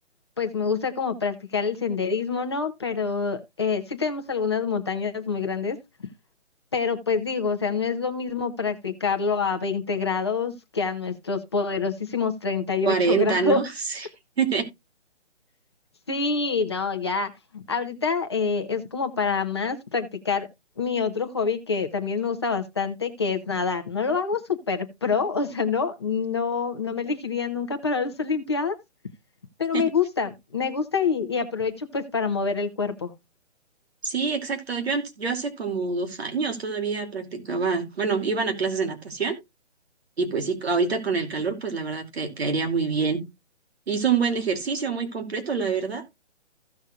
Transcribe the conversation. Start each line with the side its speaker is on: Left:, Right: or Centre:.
Left: pues me gusta como practicar el senderismo, ¿no? Pero eh, sí tenemos algunas montañas muy grandes, pero pues digo, o sea, no es lo mismo practicarlo a 20 grados que a nuestros poderosísimos 38
Right: cuarenta
Left: <laughs> grados.
Right: ¿no? <laughs>
Left: Sí, no, ya. Ahorita eh, es como para más practicar mi otro hobby que también me gusta bastante, que es nadar. No lo hago súper pro, <laughs> o sea, no, no, no me elegiría nunca para las Olimpiadas, pero
Right: Sí,
Left: me gusta, me gusta y, y aprovecho pues para mover el cuerpo.
Right: Sí, exacto. Yo, antes- yo hace como dos años todavía practicaba, bueno, iban a clases de natación y pues sí, ahorita con el calor, pues la verdad que caería muy bien. Hizo un buen ejercicio, muy completo, la verdad.